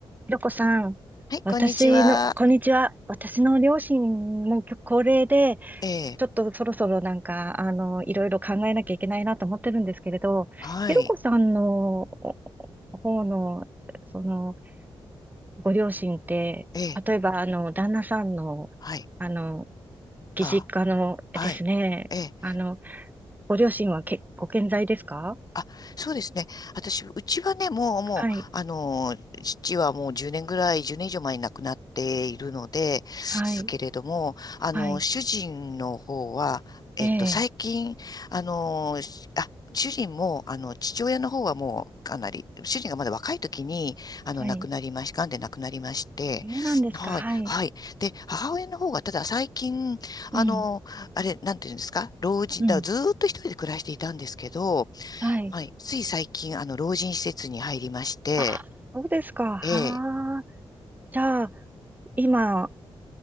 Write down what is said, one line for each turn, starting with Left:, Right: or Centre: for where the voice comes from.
Right: ひろこさん、
Left: はい、
Right: 私の、
Left: こんにちは。
Right: こんにちは。私の両親も高齢で、
Left: ええ、
Right: ちょっとそろそろなんか、あの、いろいろ考えなきゃいけないなと思ってるんですけれど、
Left: はい、
Right: ひろこさんのお方の、その、ご両親って、
Left: ええ、
Right: 例えば、あの、旦那さんの、
Left: はい、
Right: あの、
Left: あ、
Right: 義実家のですね、
Left: はい、ええ、
Right: あの、ご両親はけ、ご健在ですか
Left: あ、そうですね。私、うちはね、もう、もう、
Right: はい、
Left: あの、父はもう10年ぐらい、10年以上前に亡くなっているので、すけれども、
Right: はい、
Left: あの、
Right: はい、
Left: 主人の方は、えっと、
Right: ええ、
Left: 最近、あの、しあ、主人も、あの、父親の方はもう、かなり、主人がまだ若い時に、あの、
Right: はい。
Left: 亡くなりまし、癌で亡くなりまして、
Right: そうなんですか、
Left: はい、
Right: はい。
Left: はい。で、母親の方が、ただ最近、
Right: うん、
Left: あの、あれ、なんていうんですか、老人、
Right: うん。
Left: だからずーっと一人で暮らしていたんですけど、
Right: はい。
Left: はい。つい最近、あの、老人施設に入りまして、
Right: あー、そうですか。はあ。
Left: ええ、
Right: じゃあ、今、